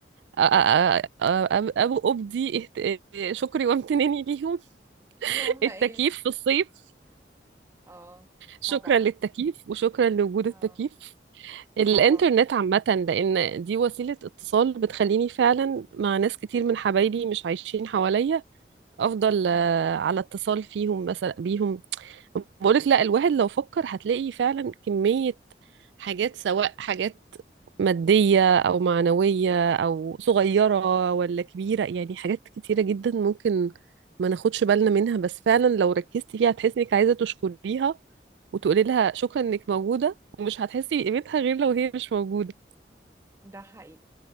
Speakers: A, on the right (about 75°); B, on the right (about 15°).
A: أ- أ- أ- أ- أب- أبدي اهت- آه، شكري وامتناني ليهم
B: اللي
A: <laughs>
B: هم
A: التكييف
B: ايه
A: في الصيف
B: اه
A: شكرا
B: طبعا
A: للتكييف وشكرا لوجود التكييف
B: اه
A: الإنترنت
B: طبعا
A: عامة لأن دي وسيلة اتصال بتخليني فعلا مع ناس كتير من حبايبي مش عايشين حواليا أفضل آه،
B: مم.
A: على اتصال فيهم مثلا بيهم بقولك لا الواحد لو فكر هتلاقي فعلا كمية حاجات سواء حاجات مادية أو معنوية أو صغيرة ولا كبيرة يعني حاجات كتيرة جدا ممكن ما ناخدش بالنا منها بس فعلا لو ركزتي فيها هتحسي إنك عايزة تشكريها وتقولي لها شكرا إنك موجودة ومش هتحسي بقيمتها غير لو هي مش موجودة
B: ده حقيقي